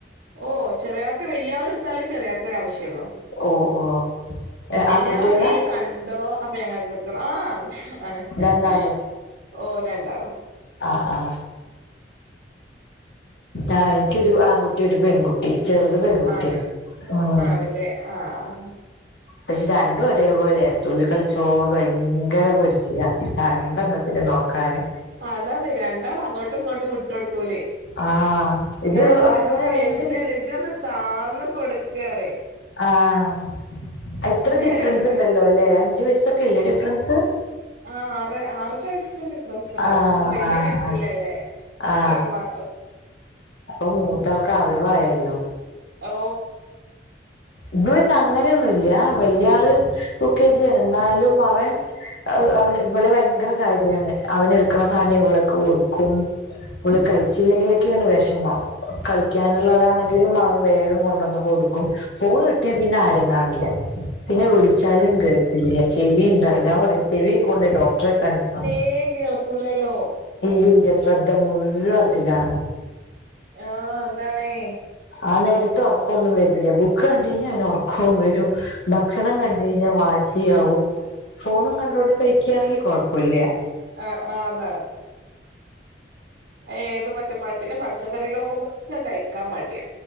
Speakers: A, on the right; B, on the left.
A: ഓ ചെറിയാൾക്ക്‌ വെല്ല്യാളെട്ത്താലേ ചെറിയ- ആവശ്യോള്ളു
B: ഓ ഓ
A: വെല്യാളെ
B: ആൺകുട്ടികളാ
A: കയ്യിൽ- കണ്ടോ അപ്പൊ ഞങ്ങൾക്ക് കിട്ടണം ആ അവന്റെ ഒണക്ക്‌
B: രണ്ടാളും
A: ഹ് ഓ രണ്ടാളും.
B: ആഹ ആഹ ആ എനിക്കൊരു ആൺകു- ഒരു പെൺകുട്ടി ചെറുത് പെൺകുട്ട്യാ
A: ആണ്
B: ഉം
A: ആണല്ലേ ആഹ്
B: പഷേ രണ്ടും ഒരേപോലെയ തുള്ളി കളിച്ചോണ്ട് ഭയങ്കര പൊരിച്ചിലാ. രണ്ടെണ്ണത്തിനെ ന്നോക്കാന്.
A: അതാണ് രണ്ടാളും അങ്ങോട്ടും ഇങ്ങോട്ടും വിട്ട് കൊടുക്കൂലേ.
B: ആ ഇത്
A: ഞാ പറയും
B: അങ്ങനെ
A: ഇജ്ജ്‌ ഒന്ന്
B: ഭയങ്കര
A: വെൽതെല്ലേഇജ്ജോന്ന് താന്ന് കൊട്ക്കറയും.
B: ആഹ എത്ര ഡിഫ്രെൻസ്
A: എവിടെ
B: ഇണ്ടല്ലോല്ലെ അഞ്ച് വയസ്സൊക്കെ ഇല്ലേ ഡിഫ്രെൻസ്.
A: ആ ആറ് ആറര വയസ്സിന് ഡിഫ്രേ- ഫ്രൻസ് ണ്ടാവും
B: ആ
A: ഇപ്പൊ വെല്യേ
B: ആ
A: മെര്ട്ടില്ലല്ലേ
B: ആ
A: മറ്റേ
B: ആ
A: ഒന്ന-
B: അപ്പൊ മൂത്താൾക്ക് അറിവായല്ലോ.
A: ഓ
B: ഇത് പിനെ അങ്ങനെയൊന്നുല്ല വല്യാള് യുക്കേജിയാണ് എന്നാലും അവൻ. അത് അവള് ഇവളെ വയങ്കര കാര്യാണ് അവനെട്ക്കണ സാനം ഇവള് കൊടുക്കും ഇവള് കഴിച്ചില്ലെങ്കിലൊക്കെയാണ് വെഷമം കളി- ക്കാനുള്ളതാണെങ്കിലും അവൻ വേഗം കൊണ്ടന്ന് കൊടുക്കും ഫോണ് കിട്ട്യാ പിനെ ആരേം കാണില്ല. പിനെ വിളിച്ചാലും കേക്ക്‌ല്ല ചെവി ഇണ്ടാവില്ല ഞാൻ പറയും ചെവി കൊണ്ടോയി ഡോക്ടറെ കാണിക്ക.
A: ഏമ്പിവളം കൂലല്ലോ
B: ഇല്ല ഇല്ല ശ്രദ്ധ മുഴുവൻ അതിലാണ്.
A: ആഹ അതാണേയ്.
B: ആ നേരത്ത് ഒറക്കൊന്നും വെരില്ല ബുക്ക് കണ്ടയ്ഞ്ഞാ അവന് ഒറക്കോം വെരും. ഭക്ഷണം കണ്ടയ്ഞ്ഞാ വാശിയാവും ഫോണും കണ്ടോണ്ട് കഴിക്ക്യേണെങ്കി കൊഴപ്പുല്ല.
A: ആഹ ആഹ് അതാണ്. ഏത് പറ്റപ്പാ പിന്നെ പച്ചക്കറികളൊക്ക കഴിക്കാൻ മടിയ.